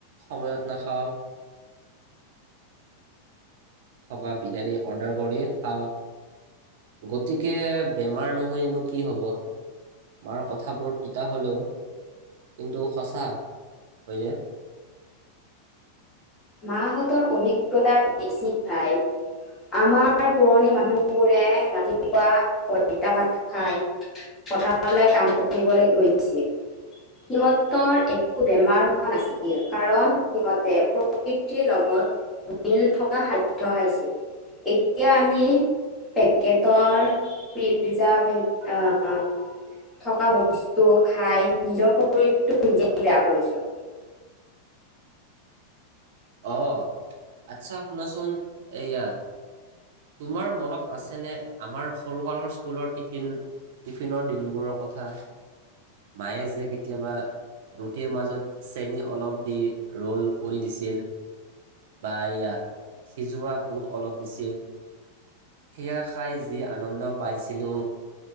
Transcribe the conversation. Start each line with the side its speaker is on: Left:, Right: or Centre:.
Right: সময়ত নাখাওঁ থকা বিৰিয়ানী অৰ্ডাৰ কৰি খাওঁ গতিকে বেমাৰ নহয়নো কি হব মাৰ কথাবোৰ তিতা হ'লেও কিন্তু সঁচা হয়নে
Left: মাহঁতৰ অভিজ্ঞতা বেছি ভাই আমাৰ পুৰণি মানুহবোৰে ৰাতিপুৱা পইতা ভাত খাই পথাৰলে কাম কৰিবলে গৈছিল সিহঁতৰ একো বেমাৰ হোৱা নাছিল কাৰণ সিহঁতে প্ৰকৃতিৰ লগত মিল থকা খাদ্য খাইছিল এতিয়া আমি পেকেটৰ পিজজা আহ থকা বস্তু খাই নিজৰ শৰীৰটো নিজে বেয়া কৰিছোঁ
Right: অ আচ্ছা শুনাচোন এয়া তোমাৰ মনত আছেনে আমাৰ সৰুকালৰ স্কুলৰ টিফিন টিফিনৰ দিনবোৰৰ কথা মায়ে যে কেতিয়াবা ৰুটিৰ মাজত চেনি অলপ দি ৰ'ল কৰি দিছিল বা এয়া সিজোৱা বুট অলপ দিছিল সেয়া খাই যি আনন্দ পাইছিলো